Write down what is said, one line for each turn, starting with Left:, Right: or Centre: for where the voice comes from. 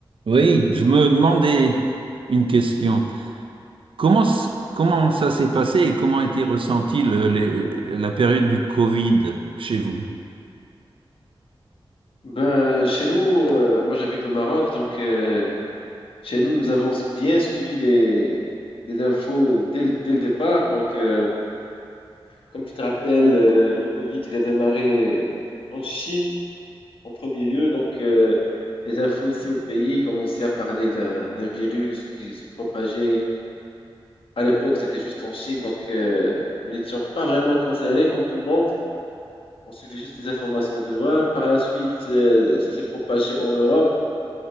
Right: Oui, je me demandais une question. Comment, s- comment ça s'est passé et comment a été ressentie le- les- la période du Covid chez vous?
Left: Ben, chez nous, euh, moi j'habite au Maroc, donc euh, chez nous, nous avons bien suivi les, les infos dès, le dès le départ. Donc, euh, comme tu te rappelles, euh, le Covid, il a démarré en Chine en premier lieu. Donc, euh, les infos ici au pays commençaient à parler d'un d'un virus qui se propageait. À l'époque, c'était juste en Chine, donc euh, nous n'étions pas vraiment concernés comme tout le monde. On suivait juste les informations de loin. Par la suite, euh, ça s'est propagé en Europe.